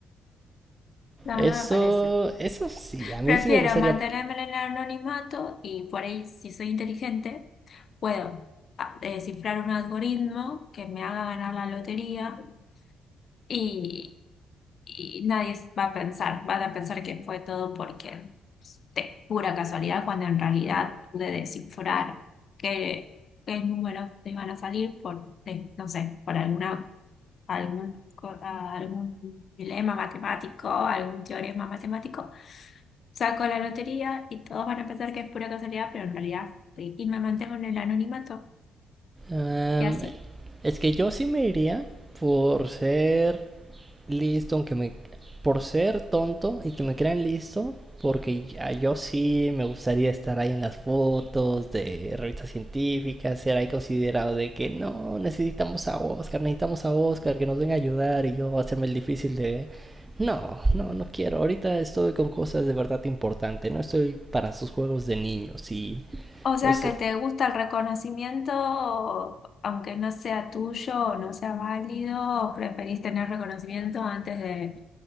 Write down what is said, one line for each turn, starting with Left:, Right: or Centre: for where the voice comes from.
Left: No,
Right: Eso,
Left: no me parece.
Right: eso sí, a mí
Left: Prefiero
Right: sí me gustaría...
Left: mantenerme en el anonimato y por ahí, si soy inteligente, puedo ah, descifrar un algoritmo que me haga ganar la lotería y, y nadie va a pensar, van a pensar que fue todo porque pues, de pura casualidad, cuando en realidad pude descifrar qué, qué números te iban a salir por, de- no sé, por alguna, algún, co- ah, algún dilema matemático, algún teorema matemático. Saco la lotería y todos van a pensar que es pura casualidad, pero en realidad fui- y me mantengo en el anonimato.
Right: um,
Left: Y así.
Right: es que yo sí me iría por ser listo, aunque me... Por ser tonto y que me crean listo, porque ya- yo sí me gustaría estar ahí en las fotos de revistas científicas, ser ahí considerado de que no, necesitamos a Oscar, necesitamos a Oscar, que nos venga a ayudar y yo hacerme el difícil de... No, no, no quiero. Ahorita estoy con cosas de verdad importante. No estoy para sus juegos de niños. Y,
Left: O sea
Right: o sea,
Left: que te gusta el reconocimiento, aunque no sea tuyo o no sea válido, o preferís tener reconocimiento antes de